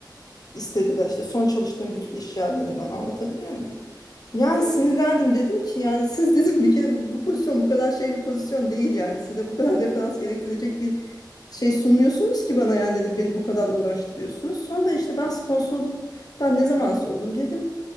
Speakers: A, on the left; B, on the left.
A: istediler. İşte son çalıştığım
B: hı
A: bütün
B: hı.
A: iş yerlerinden anlatabiliyor muyum? Yani
B: Evet,
A: sinirlendim dedim ki yani siz <laughs> dedim bir kere bu, bu pozisyon bu kadar şey bir pozisyon değil yani size bu kadar referans gerektirecek bir şey sunmuyorsunuz ki bana yani dedim beni bu kadar uğraştırıyorsunuz. Sonra işte ben sponsorluktan ne zaman sordum dedim.